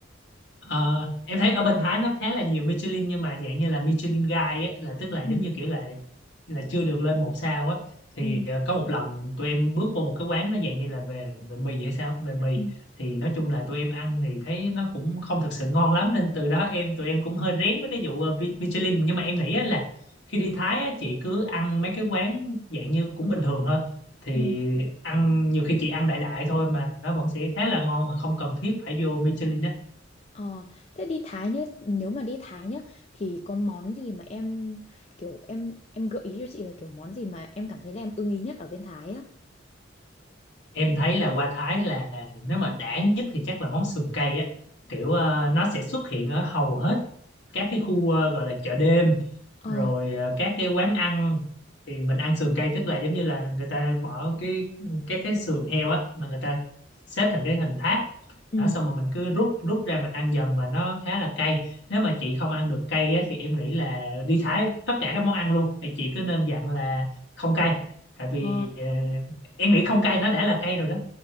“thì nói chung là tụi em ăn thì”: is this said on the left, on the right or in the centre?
Left